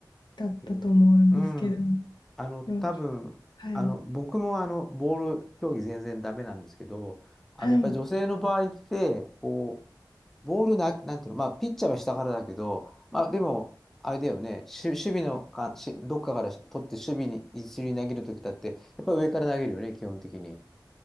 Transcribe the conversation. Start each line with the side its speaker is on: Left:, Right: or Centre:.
Left: だったと思うんですけど、
Centre: えーうん。あの、多分、
Left: でも、はい、
Centre: あの、僕もあの、ボール競技全然ダメなんですけど、あの、
Left: はい。
Centre: やっぱり女性の場合って、こう、ボールな、なんていうの、まあ、ピッチャーは下からだけど、まあ、でも、あれだよね、し守備のか、しどっかから取って守備に一塁に投げるときだって、やっぱり上から投げるよね、基本的に。